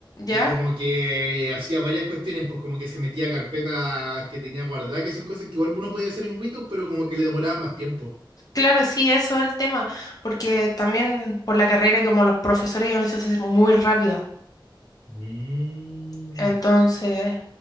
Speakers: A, on the left; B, on the right.
A: ¿ya?
B: y como que hacía varias cuestiones, pues como que se metía a carpetas que tenía guardadas, que son cosas que igual uno podía hacer en Windows, pero como que le demoraban más tiempo.
A: Claro, sí, eso es el tema, porque también por la carrera y como los profesores yo necesito ser muy rápido.
B: Mm,
A: Entonces,